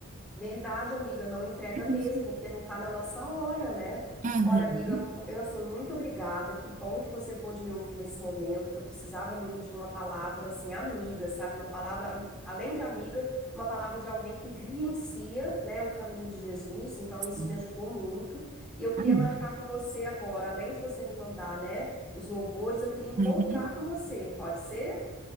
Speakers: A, in the centre; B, on the right.
A: Verdade, amiga, não entrega
B: É
A: mesmo,
B: isso.
A: porque não tá na nossa hora, né?
B: Uhum.
A: Olha, amiga, mu- eu assim, muito obrigada. Que bom que você pôde me ouvir nesse momento, que eu precisava mesmo de uma palavra assim, amiga, sabe? Uma palavra, am- além de amiga, uma palavra de alguém que vivencia, né, o caminho de Jesus. Então, isso
B: Uhum.
A: me ajudou muito. E eu queria
B: Ai,
A: marcar com você agora, além de você me mandar, né, os louvores, eu queria encontrar
B: uhum.
A: com você. Pode ser?